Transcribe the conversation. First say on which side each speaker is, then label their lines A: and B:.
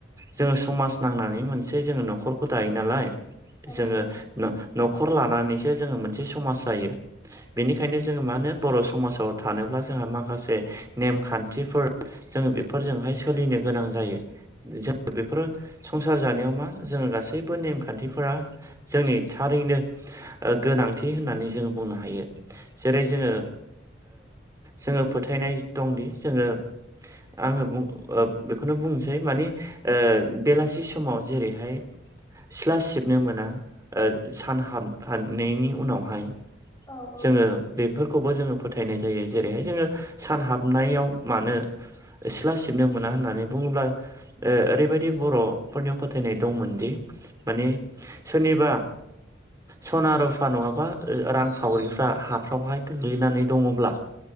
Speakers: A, on the right (about 15°); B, on the left (about 20°).
A: जोङो समाज नांनानै मोनसे जोङो न'खरखौ दायो नालाय
B: औ
A: जोङो
B: नंगौ
A: न'खर लानानैसो जोङो मोनसे समाज जायो। बेनिखायनो जोङो मा होनो बर' समाजाव थानोब्ला जोंहा माखासे नेमखान्थिफोर जोङो बेफोरजोंहाय सोलिनो गोनां जायो। जों बेफोरो संसार जानायाव मा जोङो गासैबो नेमखान्थिफोरा जोंनि थारैनो गोनांथि होननानै जोङो बुंनो हायो जेरै जोङो जोङो फोथायनाय दंदि जोङो आंडो़ बुं बेखौनो बुंनोसै मानि ओ बेलासि समाव जेरैहाय सिथ्ला सिबनो मोना सान हाबहनायनि उनावहाय
B: औ औ
A: जोङो
B: नंगौ
A: बेफोर खौबो जोङो फोथायनाय जायो जेरैहाय जोङो सान हाबनायाव मानो। सि सिला सिबनो मोना होननानै बुङोब्ला। ओ ओरैबायदि बर'फोरनियाव फोथायनाय दंमोनदि माने सोरनिबा सना रुफा नङाबा रांखावरिफ्रा हाफ्रावहाय गोग्लैनानै दङब्ला